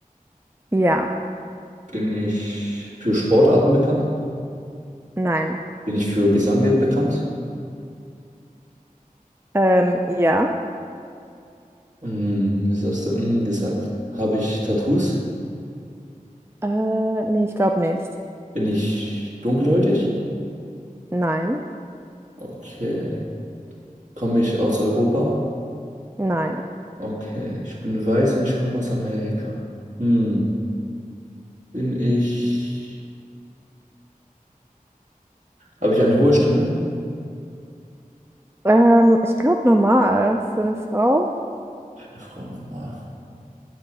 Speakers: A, on the right; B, on the right.
A: Ja,
B: Bin ich für Sportarten bekannt?
A: nein.
B: Bin ich für Gesang bekannt?
A: Ähm, ja.
B: Hm, was hast du hm, gesagt? Habe ich Tattoos?
A: Äh, nee, ich glaube nicht.
B: Bin ich dunkelhäutig?
A: Nein,
B: Okay. Komme ich aus Europa?
A: nein.
B: Okay. Ich bin weiß und ich komme aus Amerika. Hm, bin ich... Habe ich eine hohe Stimme?
A: Ähm, ich glaube normal für eine Frau.
B: Eine Frau normal.